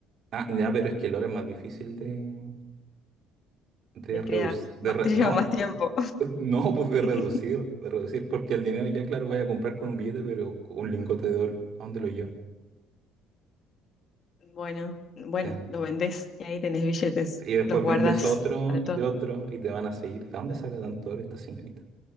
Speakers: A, on the right; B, on the left.
A: Ah, ya, pero es que el oro es más difícil de, de
B: De
A: reducir.
B: crear.
A: De
B: Ma-
A: re-
B: Te
A: no,
B: lleva más tiempo.
A: no, pues de reducir,
B: <laughs>
A: de reducir, porque el dinero ya, claro, vaya a comprar con un billete, pero con un lingote de oro, ¿a dónde lo llevas?
B: Bueno, bueno,
A: Sí.
B: lo vendés y ahí tenés billetes.
A: Y después
B: Los guardás
A: vendes otro
B: para
A: y
B: todo.
A: otro y te van a seguir. ¿De dónde saca tanto oro esta señorita?